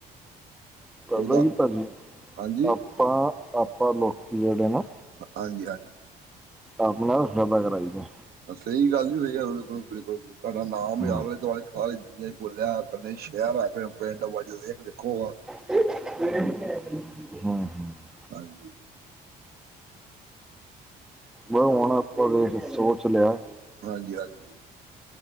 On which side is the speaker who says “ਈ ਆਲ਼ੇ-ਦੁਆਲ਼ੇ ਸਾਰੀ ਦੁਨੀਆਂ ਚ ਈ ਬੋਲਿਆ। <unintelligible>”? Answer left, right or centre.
Right